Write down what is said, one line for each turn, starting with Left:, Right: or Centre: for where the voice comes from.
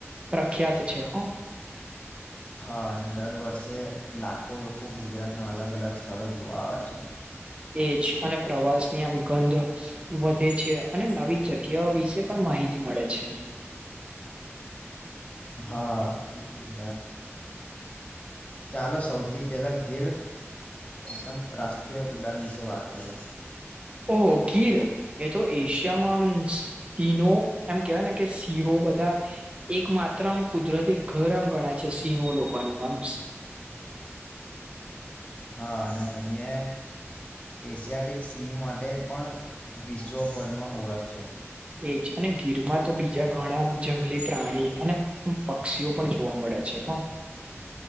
Right: પ્રખ્યાત છે હ
Left: <inaudible> હા અને દર વર્ષે લાખો લોકો ગુજરાતના અલગ અલગ સ્થળો જોવા આવે છે
Right: એ જ અને પ્રવાસની આમ ગંધ વધે છે અને નવી જગ્યાઓ વિશે પણ માહિતી મળે છે
Left: હા બિલકુલ ચાલો સૌથી પેલા ગીર એકદમ રાષ્ટ્રીય ઉડાન વિશે વાત કરીે
Right: ઓહ ગીર એ તો એશિયામાંમ શિનો એમ કેવાય ને કે શીરો બધા એક માત્ર આમ કુદરતી ઘર આમ ગણાય છે સિંહો લોકોનું આમ
Left: હા અને અહિયાં એશિયાટિક સી માટે પણ વિશ્વભરમાં ઓળખ છે.
Right: એજ અને ગીરમાં તો બીજા ઘણા જંગલી પ્રાણી અને મ પક્ષીઓ પણ જોવા મળે છે હ